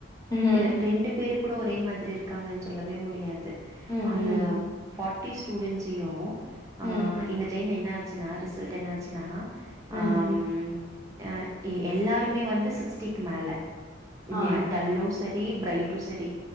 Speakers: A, on the left; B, on the right.
A: ம்
B: அ ரெண்டு பேரு கூட ஒரே மாதிரி இருக்காங்கன் சொல்லவே முடியாது
A: ம்
B: அந்த
A: ம்
B: ஃபாட் ட்டி ஸ்டுடெண்ட்ஸியு ஆஹ்
A: ம்
B: இந்த டைம் என்ன ஆ ச்சினா ரிசல்ட் என்னாச்சினா
A: ம்
B: ஆம் அ இ எல்லாருமே வந்து சிக்ஸ்டிக்கு மேல
A: ஆ
B: ஏ டல்லோஸ் ரி பிரைட்டு செரி